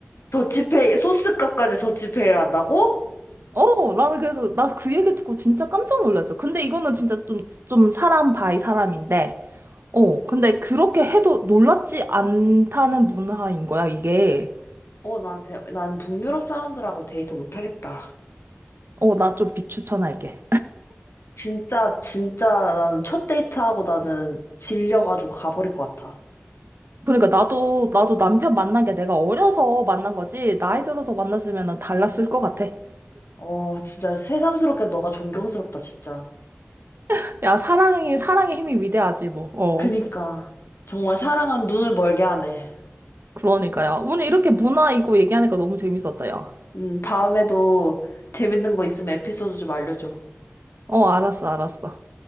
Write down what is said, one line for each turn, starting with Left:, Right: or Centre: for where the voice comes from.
Left: 더치페이, 소스값까지 더치페이를 한다고?
Right: 어, 나는 그래서 나 그 얘기 듣고 진짜 깜짝 놀랐어. 근데 이거는 진짜 좀, 좀 사람 바이 사람인데, 어, 근데 그렇게 해도 놀랍지 않다는 문화인 거야, 이게.
Left: 어, 나한테, 난 북유럽 사람들하고 데이트 못하겠다.
Right: 어, 나 좀 비추천할게.
Left: 진짜, 진짜 나는 첫 데이트하고 나는 질려가지고 가버릴 것 같아.
Right: 그러니까 나도, 나도 남편 만난 게 내가 어려서 만난 거지, 나이 들어서 만났으면 달랐을 것 같아.
Left: 어, 진짜 새삼스럽게 너가 존경스럽다, 진짜.
Right: <laughs> 야, 사랑이, 사랑의 힘이 위대하지, 뭐. 어,
Left: 그니까. 정말 사랑은 눈을 멀게 하네.
Right: 그러니까요. 오늘 이렇게 문화 이거 얘기하니까 너무 재밌었다, 야.
Left: 음, 다음에도 재밌는 거 있으면 에피소드 좀 알려줘.
Right: 어, 알았어, 알았어.